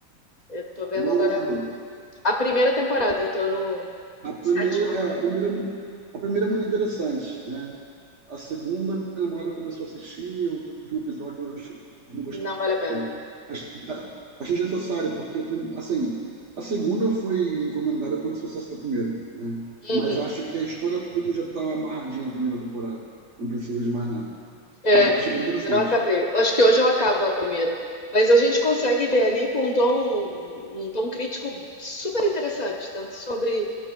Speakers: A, on the left (about 40°); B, on the right (about 45°).
A: Eu tô vendo
B: o novo
A: agora
B: ou o primeiro?
A: a primeira temporada, tô no
B: A
A: sétimo.
B: primeira, é, a primeira, a primeira é muito interessante, né? A segunda, minha namorada começou a assistir, eu vi um episódio, eu achei, não gostei.
A: Não vale a pena.
B: Achei, achei desnecessário, porque, o prim- assim, a segunda foi encomendada pelo sucesso da primeira, né?
A: Uhum.
B: Mas eu acho que a história toda já está amarradinha na primeira temporada. Não precisa de mais nada.
A: É,
B: Mas eu achei bem interessante.
A: ainda não acabei. Acho que hoje eu acabo a primeira. Mas a gente consegue ver ali com um tom, um tom crítico super interessante, tanto sobre